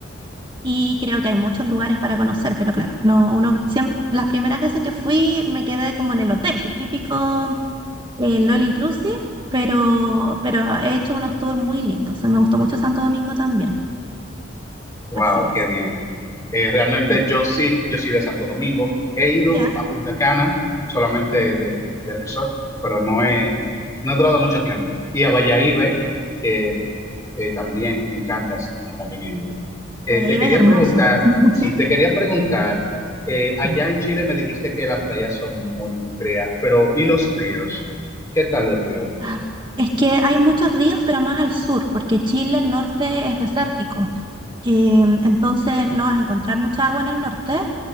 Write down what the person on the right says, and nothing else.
Y creo que hay muchos lugares para conocer, pero claro, no, uno siempre, las primeras veces que fui me quedé como en el hotel, el típico el all inclusive, pero, pero he hecho unos tours muy lindos. O sea, me gustó mucho Santo Domingo también.
Así es.
Sí.
Ya.
ujú.
Valladolid
es hermoso.
<laughs>
Sí.
Ah, Es que hay muchos ríos, pero más al sur, porque Chile, el norte es desértico. Em, entonces no vas a encontrar mucha agua en el norte,